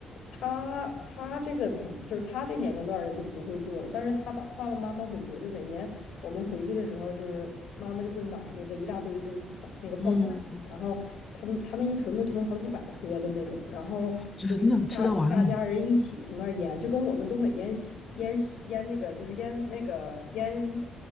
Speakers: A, on the left; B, on the left.
A: 他他这个层，就是他这年龄段儿的就不会做了，但是他爸爸爸妈妈会做。就每年我们回去的时候，就是妈妈就会买那个一大堆，就是泡那个泡菜，
B: 嗯，
A: 然后他们他们一囤都囤好几百颗的那种，然后就是一大一大家人一起从那儿腌，
B: 真的吃得完啊。
A: 就跟我们东北腌西腌西腌那个就是腌那个腌